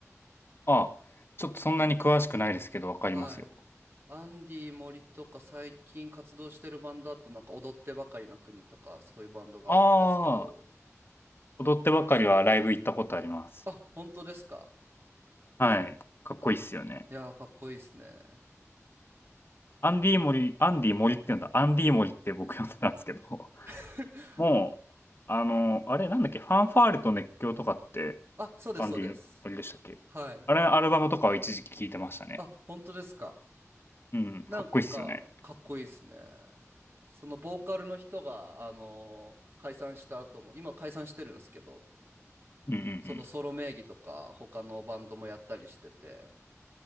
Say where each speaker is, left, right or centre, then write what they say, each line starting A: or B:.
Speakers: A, on the left; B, on the right.
A: あ、ちょっとそんなに詳しくないですけど、わかりますよ。
B: はい。アンディ森とか最近活動してるバンドだとなんか踊ってばかりの国とかそういうバンドがあるんですけど。
A: ああ、踊ってばかりはライブ行ったことあります。
B: あ、本当ですか。
A: はい。かっこいいっすよね。
B: いやー、かっこいいっすね。
A: アンディモリ、アンディモリって言うんだ。アンディモリって僕呼んでたんですけど、<laughs>
B: <laughs>
A: もう、あの、あれなんだっけ、ファンファーレと熱狂とかって、
B: あ、そうです、
A: アンディ森でしたっけあれ、
B: そうです。はい。
A: アルバムとかは一時期聴いてましたね。
B: あ、本当ですか。
A: うん、
B: なんか、
A: かっこいいっすよね。
B: かっこいいですね。そのボーカルの人が、あのー解散した後も、今解散してるんですけど、
A: うんうんうん。
B: そのソロ名義とか、他のバンドもやったりしてて。